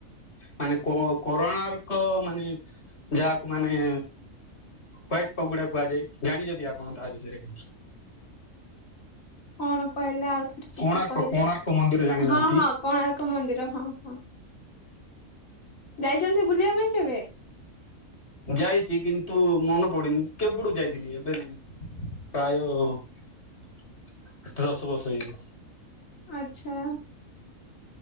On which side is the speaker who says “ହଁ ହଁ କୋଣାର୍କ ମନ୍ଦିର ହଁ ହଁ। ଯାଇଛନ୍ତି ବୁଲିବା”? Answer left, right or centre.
Left